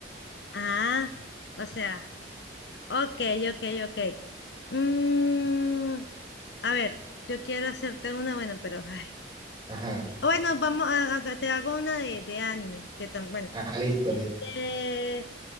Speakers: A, on the left; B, on the right.
A: Ah, o sea, ok, ok, ok. Mm, a ver, yo quiero hacerte una, bueno, pero ay.
B: Ajá.
A: Bueno, vamos a, a- te hago una de, de anime, que también, bueno.
B: Ah, listo,
A: Este,
B: listo.